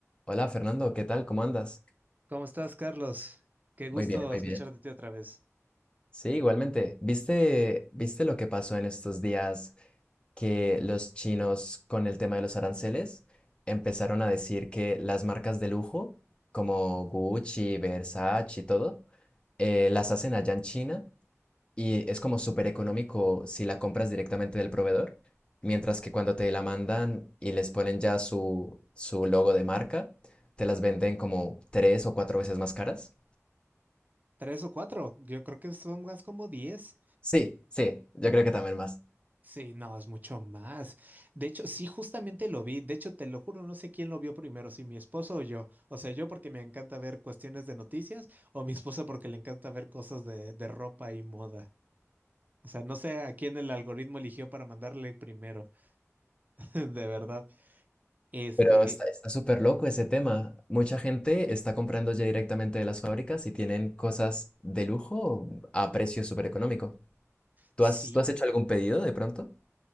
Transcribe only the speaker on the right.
¿Cómo estás, Carlos? Qué gusto
escuchar
de ti otra vez.
¿Tres o cuatro? Yo creo que son más como diez.
Sí, no, es mucho más. De hecho, sí, justamente lo vi. De hecho, te lo juro, no sé quién lo vio primero, si mi esposo o yo. O sea, yo porque me encanta ver cuestiones de noticias o mi esposa porque le encanta ver cosas de, de ropa y moda. O sea, no sé a quién el algoritmo eligió para mandarle primero, <laughs> de verdad. Este,
sí.